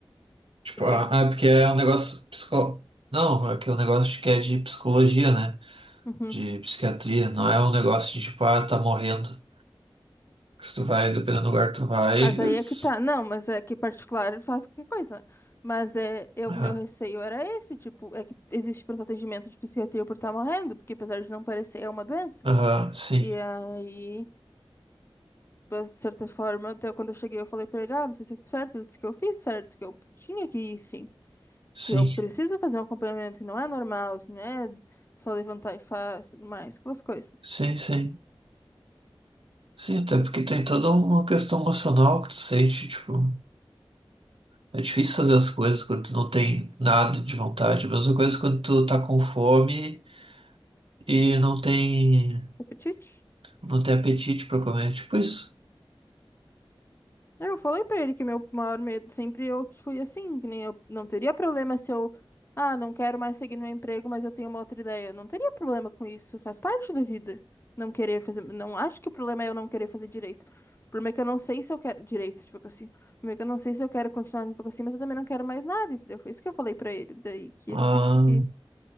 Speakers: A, on the right (about 85°); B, on the left (about 25°).
A: Tipo,
B: Por quê?
A: ah, ah, é porque é um negócio psico... Não, é que é um negócio que é de psicologia, né?
B: Uhum.
A: De psiquiatria. Não é um negócio de, tipo, ah, tá morrendo. Que se tu vai, dependendo do lugar que tu vai,
B: Mas
A: eles...
B: aí é que tá. Não, mas é que particular faz qualquer coisa. Mas é, eu,
A: Aham,
B: meu receio era esse, tipo, é que existe pronto atendimento de psiquiatria por estar morrendo, porque apesar de não parecer, é uma doença.
A: Aham, sim.
B: E aí... Mas, de certa forma, até quando eu cheguei, eu falei pra ele, ah, não sei se eu fiz certo. Ele disse que eu fiz certo, que eu tinha que ir, sim.
A: Sim,
B: Que eu preciso fazer um acompanhamento, que não é normal, isso não é só levantar e faz, tudo mais, aquelas coisas.
A: sim, sim. Sim, até porque tem toda uma questão emocional que tu sente, tipo, é difícil fazer as coisas quando tu não tem nada de vontade. A mesma coisa é quando tu tá com fome e não tem,
B: Apetite?
A: não tem apetite pra comer, tipo isso.
B: Eu falei pra ele que meu maior medo sempre eu fui assim, que nem eu não teria problema se eu, ah, não quero mais seguir meu emprego, mas eu tenho uma outra ideia. Não teria problema com isso, faz parte da vida. Não querer fazer, não acho que o problema é eu não querer fazer direito. O problema é que eu não sei se eu quero direito de advocacia. O problema é que eu não sei se eu quero continuar na advocacia, mas eu também não quero mais nada, entendeu? Foi isso que eu falei pra ele, daí que
A: Ah,
B: ele disse que